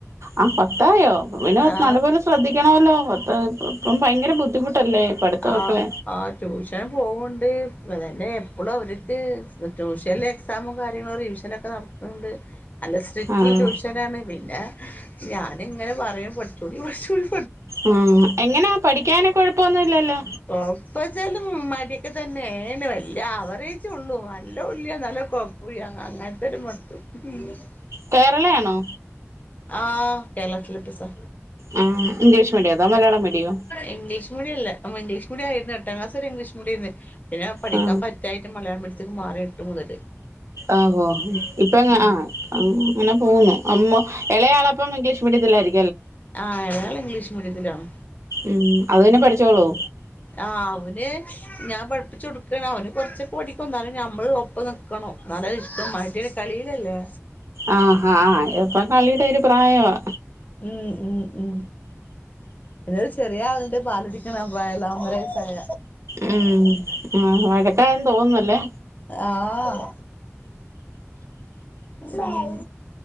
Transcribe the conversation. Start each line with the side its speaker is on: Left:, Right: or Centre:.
Right: ആ പത്തായോ അപ്പപിന്നെ
Left: ആ
Right: നല്ലപോലെ ശ്രദ്ധി ക്കണോല്ലോ? പത്ത് പ്പ ഇപ്പം ഭയങ്കര ബുദ്ധിമുട്ടല്ലേ? പഠിത്തമൊക്കെ
Left: ആ ആ ട്യൂഷന് പോവ്ണ്ട് ഇപ്പ തന്നെ എപ്പളും അവരിക്ക് ട്യൂഷനില്എക്സാമും കാര്യങ്ങളും റിവിഷനൊക്കെ നടക്കുണ്ട്. നല്ല സ്ട്രിക്റ്റ്
Right: ആഹ്
Left: ട്യൂഷനാണ് പിന്നെ ഞാനിങ്ങനെ പറയും പഠിച്ചോളീ പഠിച്ചോളീ
Right: ആ എങ്ങനാ പഠിക്കാന് കൊഴപ്പൊന്നും ഇല്ലല്ലോ
Left: <unintelligible> മടിയെക്കെ തന്നേണ് വെല്ല്യ ആവറേജേ ഒള്ളു അ <unintelligible> എന്നാല് ഒരു കൊഴപ്പോല്ല്യ അങ്ങനത്തെ ഒരു <unintelligible>
Right: കേരളയാണോ
Left: ആ കേരള സിലബസ്സാ
Right: ആ ഇംഗ്ലീഷ് മീഡിയോ അതോ മലയാളം മീഡിയോ
Left: ഇംഗ്ലീഷ് മീഡിയല്ലേ? മിടി ഇംഗ്ലീഷ് മീഡിയം ആയിരുന്നു എട്ടാം ക്ലാസ്സുവരെ ഇംഗ്ലീഷ് മീഡിയം ആയിരുന്നു പിന്നെ പഠിക്കാൻ
Right: ആ
Left: പറ്റായിട്ട് മലയാളം മീഡി ത്തേക്ക് മാറി എട്ട് മുതല്.
Right: ആവോ ഇപ്പ
Left: ആഹ്
Right: ആ അങ്ങനെ പോവുന്നു അമ്മു എളയാളപ്പം ഇംഗ്ലീഷ് മീഡത്തിലായിരി
Left: ആ എളയാള് ഇംഗ്ലീഷ് മീഡിയത്തിലാണ്.
Right: ഉം അത് പന്നെ പഠിച്ചോളുവോ?
Left: ആഹ് അവന് ഞാൻ പഠിപ്പിച്ച്ച് കൊടുക്കാണ് അവന് കൊറച്ചൊക്കെ പഠിക്കും എന്നാലും ഞമ്മള് ഒപ്പം നിക്കണം എന്നാലെ ഇഷ്ട്ടം കളിയിലല്ലേ?
Right: ആഹ് ആഹ് ഇപ്പൊ കളിയുടെ ഒരു പ്രായമാ.
Left: ഉം ഉം ഉം പിന്നൊരു ചെറിയ ആള്ണ്ട് പാല് കുടിക്കണ പ്രായള്ള ഒന്നര വയസ്സായ
Right: ഉം ആഹ് വഴക്കായെന്ന് തോന്നുന്നല്ലേ?
Left: ആഹ് ഉം